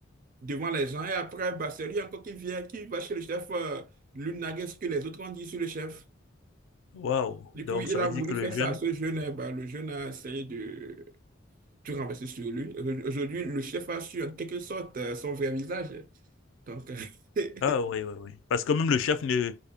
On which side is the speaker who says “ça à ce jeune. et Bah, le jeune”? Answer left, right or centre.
Right